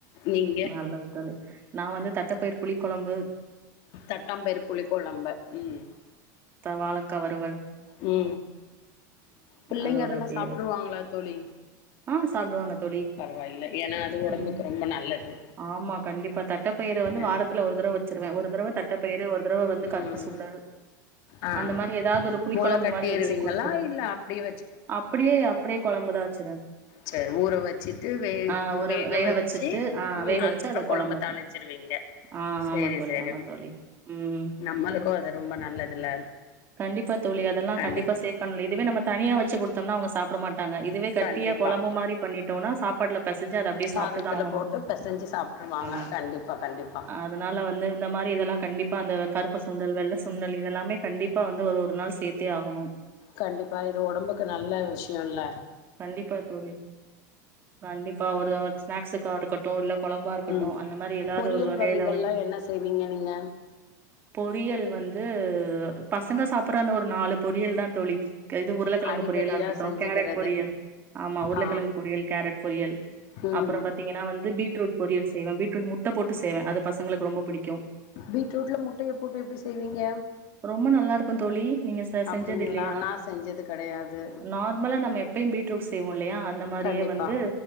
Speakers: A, on the left; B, on the right.
A: நீங்க
B: நல்லது தோழி நா வந்து தட்டப்பயிர் புளி கொழம்பு
A: தட்டாம்பயிரு புளிக்கோழம்பு உ
B: தா வாழக்கா வருவல்
A: உ பிள்ளைங்க
B: அதோட
A: அதெல்லா
B: அப்டியே
A: சாப்ட்ருவாங்களா
B: இது
A: தோழி
B: ஆ சாப்டுவாங்க தோழி
A: பரவாயில்ல ஏன்னா அது ஒடம்புக்கு
B: உ
A: ரொம்ப நல்லது
B: ஆமா கண்டிப்பா தட்ட பயிர வந்து
A: அ
B: வாரத்துல ஒரு தரவ வச்சிருவே ஒரு தரவ தட்ட பயர வர் இந்த தடவ வந்து
A: ம்
B: கருப்பு சுண்டல்
A: ஆ
B: அந்த மாரி ஏதாது ஒரு புளி
A: மொள
B: கொழம்பு
A: கட்டிருவீங்களா
B: மாரி வச்சு குடுத்துரு
A: இல்ல அப்டியே
B: அப்படியே அப்படியே கொழம்புதாவச்சு
A: சேரி ஊற வச்சுட்டு வே
B: ஆ ஊற
A: வேக வச்சு
B: வச்சுட்டு ஆ
A: உ
B: வேக
A: அதுக்கப்றோ
B: வச்சு அத
A: கொழம்ப
B: குழம்பா
A: தாளிச்சிருவீங்க
B: பண் ஆ
A: சேரி
B: ஆமா தோழி,
A: சேரி
B: ஆமா தோழி. ம்.
A: நம்மளுக்கு அது ரொம்ப நல்லதுல
B: கண்டிப்பா தோழி. அதெல்லாம்
A: கண்டிப்பா
B: சேர்க்கணும். இதுவே நம்ம தனியா வச்சு குடுத்தோம்னா அவங்க சாப்ட மாட் டாங்க இதுவே கட்
A: கண்டிப்பா
B: கொழம்பு மாரி பண்ணிட்டோனா சாப்பாட்ல பெசஞ்சு அது அப்டியே அத
A: சாதத்துல
B: சாப்டுதா ஆகணு
A: போட்டு பெசஞ்சு சாப்ட்ருவாங்க
B: ஆ
A: கண்டிப்பா கண்டிப்பா
B: அதனால வந்து இந்த மாரி இதல்லா கண்டிப்பா அந்த கருப்பு சுண்டல் வெள்ள சுண்டல் இதெல்லாமே கண்டிப்பா வந்து அது ஒரு நாள் சேத்தே ஆகணு
A: கண்டிப்பா இது ஒடம்புக்கு நல்ல விஷ்யோல்ல
B: கண்டிப்பா தோழி கண்டிப்பா ஒரு <unintelligible> ஸ்னாக்ஸுக்கா இருக்கட்டு இல்ல கொழம்பா இருக்கட்டு
A: ம்
B: அந்த மாரி ஏதாது
A: பொரியல்
B: ஒரு வகையில
A: வகைகள்லா
B: வந்து
A: என்ன செய்வீங்க நீங்க
B: பொறியல் வந்து பசங்க சாப்பிட்ற அந்த ஒரு நாலு பொரியல் தா தோழி கது உருளக்கெழங்கு
A: அடிக்கடியா
B: பொரியலா இருக்கட்டு
A: செஞ்சுக்கிறது
B: கேரட் பொரியல் ஆமா உருளக்கெழங்கு
A: ஆ
B: பொறியல் கேரட் பொறியல்
A: ம்
B: அப்பறம் பாத்தீங்கன்னா வந்து பீட்ரூட் பொரியல் செய்வ பீட்ரூட் முட்ட போட்டு செய்வ அது பசங்களுக்கு ரொம்ப பிடிக்கு
A: பீட்ரூட்ல முட்டையப் போட்டு எப்டி செய்வீங்க
B: ரொம்ப நல்லா இருக்கு தோழி நீங்க செ
A: அப்டிங்களா
B: செஞ்சது இல்லையா
A: நா செஞ்சது கெடையாது
B: நார்மலா நம்ம எப்பையும் பீட் செய்வோ இல்லையா அந்த மாரியே
A: கண்டிப்பா
B: வந்து